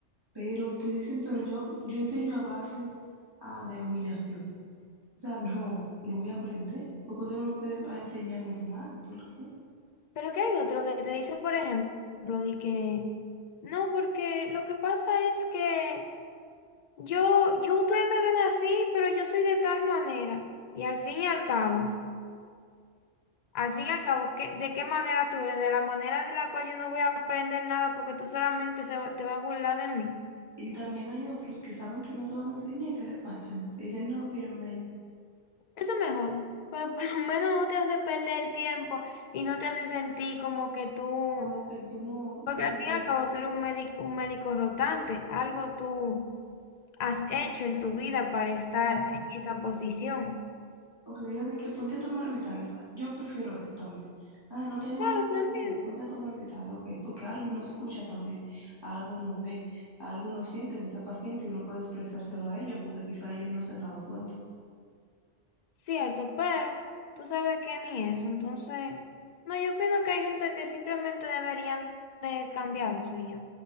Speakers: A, on the right (about 20°); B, on the left (about 65°).
A: Pero te dicen, pero yo, yo enseño a base ah, de humillación. O sea, no, no voy a aprender, porque usted no me puede a enseñar normal, ¿por qué?
B: Pero que hay otro que te dice, por ejemplo, de que no, porque lo que pasa es que yo, yo, ustedes me ven así, pero yo soy de tal manera. Y al fin y al cabo, al fin y al cabo, ¿qué- ¿de qué manera tú eres? De la manera de la cual yo no voy a aprender nada porque tú solamente se va- te vas a burlar de mí.
A: Y también hay otros que saben que no te van a enseñar y te despachan. Te dicen, no, miren, maestra,
B: Eso es mejor. Pero por lo menos no te hace perder el tiempo y no te hace sentir como que tú,
A: como que tú no,
B: porque
A: tú
B: al
A: no
B: fin
A: puedes,
B: y al cabo tú eres un médico, un médico rotante, algo tú. has hecho en tu vida para estar
A: ah,
B: en esa posición.
A: O que te digan de que ponte a tomar vitales. Yo prefiero eso también. Ah, no tenemos
B: Claro,
A: nada
B: también,
A: que hacer, ponte a tomar vitales, ok, porque algo uno escucha también, algo uno ve, algo uno siente en ese paciente y uno puede expresárselo a ellos porque quizá ellos no se han dado cuenta.
B: cierto, pero tú sabes que ni eso, entonces, no, yo opino que hay gente que simplemente deberían de cambiar eso y ya.